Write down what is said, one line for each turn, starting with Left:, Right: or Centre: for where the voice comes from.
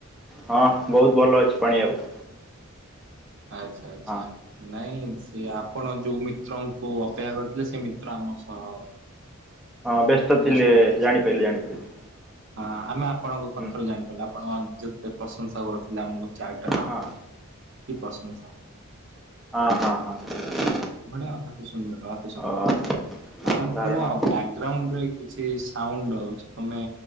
Centre: ହଁ ବହୁତ ଭଲ ଅଛି ପାଣି ବାବୁ।
Right: ଆଛା ଆଛା
Centre: ହଁ
Right: ନାଇଁ ସେ ଆପଣ ଯୋଉ ମିତ୍ରଙ୍କୁ ଅପେକ୍ଷା କରିଥିଲେ ସେ ମିତ୍ର ଆମ ସହ
Centre: ହଁ ବ୍ୟସ୍ତ ଥିଲେ
Right: ବ୍ୟସ୍ତରେ ଥି
Centre: ଜାଣିପାରିଲି ଜାଣିପାରିଲି
Right: ହଁ ଆମେ ଆପଣଙ୍କ କଥାରୁ
Centre: ହୁଁ
Right: ଜାଣିପାରିଲୁ। ଆପଣ ଯେତେ ପ୍ରଶଂସା କରୁଥିଲେ ଆମକୁ ଚାଟ ଆହା
Centre: ହଁ
Right: କି ପ୍ରଶଂସା।
Centre: ଅଁ ହଁ ହଁ।
Right: ବଢ଼ିଆ ଅତି ସୁନ୍ଦର ଅତି
Centre: ଆଉ
Right: ସୁନ୍ଦର ଆଉ
Centre: ସାଧାରଣ
Right: ତୁମ ବ୍ୟାଗ୍ରାଉଣ୍ଡରେ କିଛି ସାଉଣ୍ଡ ଆଉଚି ତମେ